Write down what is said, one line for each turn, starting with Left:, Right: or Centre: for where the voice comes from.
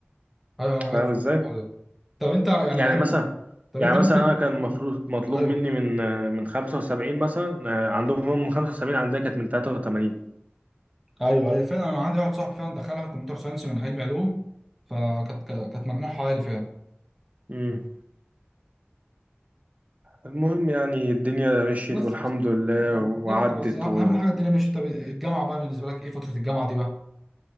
Centre: ايوه انا معاك
Right: فاهم
Centre: في
Right: ازاي
Centre: الحوار ده طب انت يعني
Right: يعني
Centre: عادي
Right: مثلا
Centre: طب
Right: يعني
Centre: انت ممكن
Right: مثلا انا كان المفروض
Centre: مم.
Right: مطلوب
Centre: ايوه
Right: مني من من 75 مثلا آه، عندهم هم 75 عندها كانت من 83
Centre: ايوه ايوه فعلا انا عندي واحد صاحبي فعلا دخلها كمبيوتر ساينس من علم علوم فكانت كانت مجموعها عالي فعلا
Right: امم المهم يعني الدنيا مشيت
Centre: بس
Right: والحمد
Centre: بس-
Right: لله
Centre: بالظبط
Right: وعدت
Centre: بس اهم
Right: و
Centre: حاجه الدنيا ماشيه طب الجامعه بقى بالنسبه لك ايه فتره الجامعه دي بقى